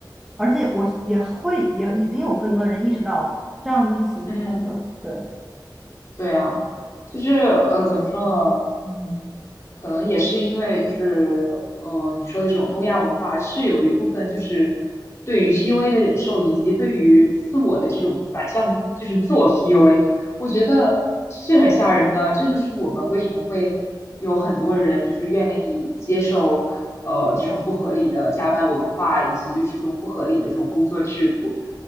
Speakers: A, in the centre; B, on the left.
A: 而且我也会也已经有更多的人意识到这样子是行不通的，
B: 嗯。
A: 对，
B: 对啊，就是呃，怎么说呢？嗯，可能也是因为就是呃，你说的这种东亚文化是有一部分就是对于 PUA 的忍受，以及对于自我的这种反向，就是自我 PUA，我觉得是很吓人的。这就是我们为什么会有很多人就是愿意接受呃这种不合理的加班文化，以及就是这种不合理的这种工作制度。